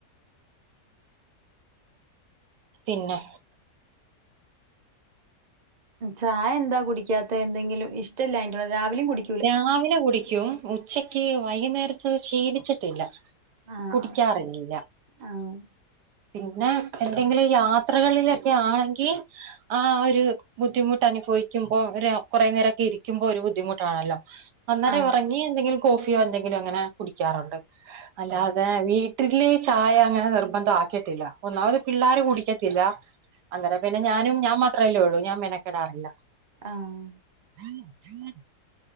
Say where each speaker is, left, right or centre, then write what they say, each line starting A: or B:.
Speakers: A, on the right (about 75°); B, on the right (about 55°).
A: പിന്നെ
B: ചായെന്താ കുടിക്കാത്തെ എന്തെങ്കിലും ഇഷ്ടല്ലാഞ്ഞ്ട്ടാണോ രാവിലിം കുടി
A: രാവിലെ കുടിക്കും ഉച്ചക്ക് വൈകുന്നേരത്ത് ശീലിച്ചിട്ടില്ല.
B: ആഹ്
A: കുടിക്കാറില്ല.
B: ആഹ്
A: പിന്നെ എന്തെങ്കിലും യാ ത്രകളിലൊക്കെ ആണെങ്കി ആ ഒര് ബുദ്ധിമുട്ട് അനുഫവിക്കും പ്പൊ ഒര് കൊറേ നേരൊക്കെ ഇരിക്കുമ്പോ ഒരു ബുദ്ധിമുട്ടാണല്ലോ അന്നേരം
B: ആഹ്
A: ഇറങ്ങി എന്തെങ്കിലും കോഫിയോ എന്തെങ്കിലു അങ്ങനെ കുടിക്കാറുണ്ട് അല്ലാതെ വീ വീട്ടില് ചായ അങ്ങനെ നിർബന്ധം ആക്കിട്ടില്ല ഒന്നാമത് പിള്ളാര് കുടിക്കത്തില്ല അങ്ങനെ പിന്നെ ഞാനും ഞാൻ മാത്രല്ലേ ഒള്ളൂ ഞാൻ മെനക്കെടാറില്ല
B: ആഹ്
A: <unintelligible>